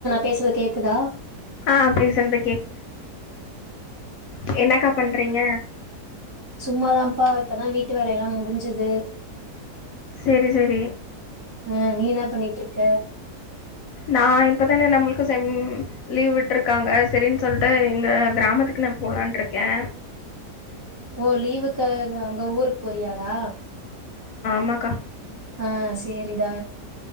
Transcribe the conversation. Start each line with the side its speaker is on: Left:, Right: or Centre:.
Right: பேசுறது கேக்குதா
Left: ஆ பேசுறது ஆ என்னக்கா பண்றீங்க
Right: சும்மாதாப்பா இப்பதா வீட்டு வேலையெல்லா முடிஞ்சது
Left: சேரி சேரி
Right: அ நீ என்ன பண்ணிட்டுருக்க க்க
Left: நா இப்பதான நம்மளுக்கு செம் லீவ் விட்டுருக்காங்க செரின்னு சொல்லிட்டு எங்க கிராமத்துக்கு நா போலான்ட்டு இருக்கே
Right: ஓ லீவுக்கு க அங்க ஊருக்கு போறியாடா
Left: ம்மாக்கா
Right: ஆ சேரிடா